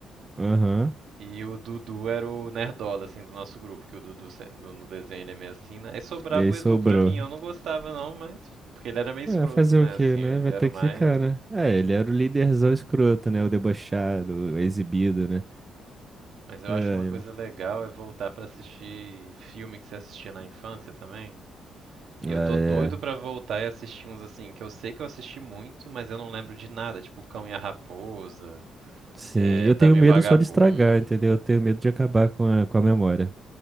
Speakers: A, on the right (about 20°); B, on the right (about 70°).
A: Aham.
B: E o Dudu era o nerdola, assim, do nosso grupo, que o Dudu se- no, no desenho ele é meio assim, né? Aí sobrava
A: E aí
B: o
A: sobrou.
B: Edu pra mim, eu não gostava não, mas... Porque ele era meio escroto,
A: Ué, fazer
B: né?
A: o quê,
B: Assim,
A: né?
B: ele
A: Vai
B: era
A: ter
B: o
A: que
B: mais...
A: ficar, né? É, ele era o líderzão escroto, né? O debochado, o exibido, né?
B: Mas eu
A: Ai,
B: acho uma coisa legal é voltar pra assistir filme que você assistia na infância também. E
A: Ah,
B: eu tô
A: é.
B: doido pra voltar e assistir uns assim, que eu sei que eu assisti muito, mas eu não lembro de nada, tipo Cão e a Raposa,
A: Sim,
B: é,
A: eu
B: Dama
A: tenho
B: e
A: medo
B: o Vagabundo.
A: só de estragar, entendeu? Eu tenho medo de acabar com a, com a memória.